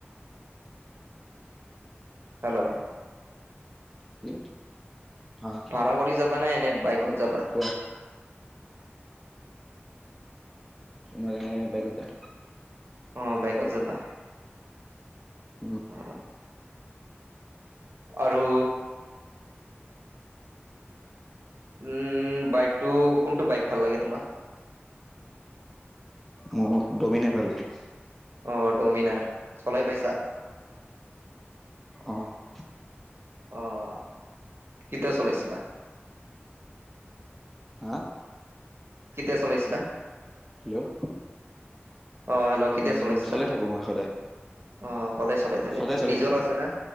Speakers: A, on the right; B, in the centre.
A: হেল্ল!
B: কি? হা
A: ভাড়া কৰি যাবা নে এনে বাইকত যাবা?
B: কোৱা মই যেনে বাইকত যাম।
A: অঁ, বাইকত যাবা?
B: উম।
A: অ আৰু উম বাইকটো কোনটো বাইক ভাল লাগে তোমাৰ?
B: মোক ডমিনাৰ ভাল লাগে।
A: অঁ, ডমিনাৰ চলাই পাইছা?
B: অঁহ্।
A: অঁ কেতিয়া চলাইছিলা?
B: হা
A: কেতিয়া চলাইছিলা?
B: হেল্ল'
A: অঁ হেল্ল! কেতিয়া
B: উম
A: চলাইছিলা?
B: চলাই থাকো মই সদায়
A: অঁ সদায় চলাই থাকে
B: সদায়
A: নেকি?
B: চলাই
A: নিজৰ
B: থাকো
A: আছে না,